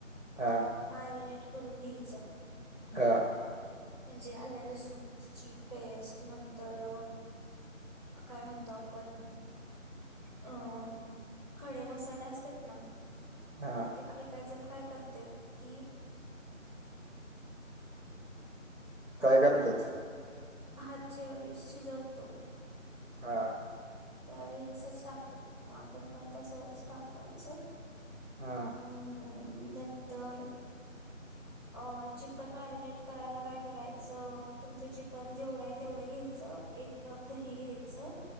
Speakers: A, on the right (about 60°); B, on the left (about 20°).
A: हां,
B: अ मॅरिनेट करून घ्यायचं
A: हा
B: म्हणजे आला लसूणची पेस्ट नंतर काय म्हणतो आपण अ खडे मसाले असतात ना
A: हां.
B: आता ते काय काही जण काय करते कि
A: काय
B: आपण
A: करतात?
B: भाज भाज्या शिजवतो
A: हा
B: त्यावेळीसच टाकते मग आपण पण तसच टाकायचं
A: हां,
B: आणि नंतर अ चिकन मॅरिनेट करायला काय करायचं तुमचं चिकन जेवढं आहे तेवढं घ्यायचं एक कप दही घ्यायचं